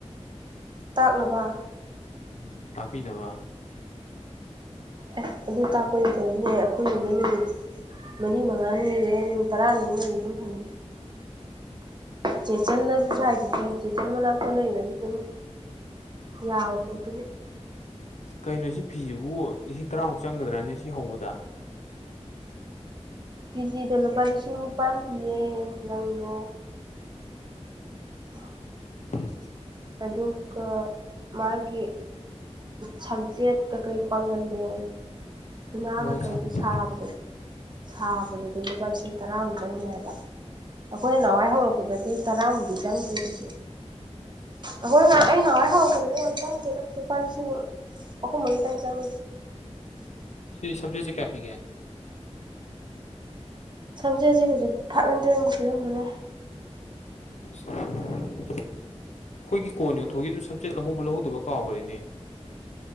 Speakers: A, on the right; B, on the left.
A: ꯇꯥꯛꯅꯕ
B: ꯎꯝ ꯇꯥꯛꯄꯤꯅꯕ
A: ꯑꯦ ꯑꯗꯨ ꯇꯥꯛꯄꯗꯅꯦ ꯑꯩꯈꯣꯏ ꯅꯨꯃꯤꯠ ꯃꯔꯤ ꯃꯉꯥꯅꯤ ꯏꯔꯦ ꯅꯨꯃꯤꯠ ꯇꯔꯥꯅꯤꯃꯨꯛꯅꯗꯤ ꯑꯗꯨꯝ ꯍꯌꯦ ꯆꯦ ꯆꯟꯅꯁꯨ ꯁꯥꯏꯗꯨꯗꯤ ꯆꯦꯆꯟ ꯃꯅꯥꯛꯇ ꯂꯩꯔꯁꯨ ꯑꯗꯨꯝ ꯌꯥꯕꯗꯨꯕꯨ
B: ꯀꯩꯅꯣ ꯁꯤ ꯐꯤꯁꯤꯕꯨ ꯂꯤꯁꯤꯡ ꯇꯔꯥꯃꯨꯛ ꯆꯪꯒꯗ꯭ꯔꯅꯦ ꯁꯤ ꯍꯧꯕꯗ
A: ꯀꯦꯖꯤꯗ ꯂꯨꯄꯥ ꯂꯤꯁꯤꯡ ꯅꯤꯄꯥꯜ ꯄꯤꯌꯦ ꯂꯪꯗꯣ <unintelligible>
B: ꯑꯝ
A: ꯑꯗꯨꯒ ꯃꯥꯒꯤ ꯁꯪꯆꯦꯠ ꯀꯥ ꯀꯩ ꯄꯥꯡꯒꯟꯗꯦ ꯁꯅꯥꯒ
B: ꯍꯣꯏ ꯁꯝꯆꯦꯠ
A: ꯀꯩꯗꯤ ꯁꯥꯕꯗꯣ ꯁꯥꯕꯗꯨꯗꯤ ꯂꯨꯄꯥ ꯂꯤꯁꯤꯡ ꯇꯔꯥꯃꯨꯛꯇꯪꯅꯦ ꯍꯥꯏꯕ ꯑꯩꯈꯣꯏꯅ ꯅꯍꯥꯟꯋꯥꯏ ꯍꯧꯔꯛꯄꯗꯗꯤ ꯇꯔꯥꯃꯨꯛ ꯆꯪꯗꯦ ꯀꯩꯁꯨ ꯑꯩ ꯅꯍꯟꯋꯥꯏ ꯍꯧꯔꯛꯕꯗꯗꯤ ꯌꯥꯝ ꯆꯪꯇꯦꯗ ꯂꯨꯄꯥ ꯂꯤꯁꯤꯡ ꯑꯍꯨꯝ ꯃꯔꯤ ꯇꯪ ꯆꯪ
B: ꯁꯤ ꯁꯝꯖꯦꯠꯁꯤ ꯀꯌꯥ ꯄꯤꯒꯦ
A: ꯁꯝꯖꯦꯠꯁꯦ ꯍꯧꯖꯤꯛ ꯐꯥꯏꯚ ꯍꯟꯗ꯭ꯔꯦꯗꯃꯨꯛ ꯄꯤꯔꯝꯕ ꯌꯥꯏ
B: ꯑꯩꯈꯣꯏꯒꯤ ꯀꯣꯟ ꯌꯣꯟꯊꯣꯛꯒꯤꯕꯗꯨ ꯁꯝꯆꯦꯠ ꯂꯧꯍꯧꯕ ꯂꯧꯍꯧꯗꯕꯔ ꯀꯥꯎꯈꯔꯦꯅꯦ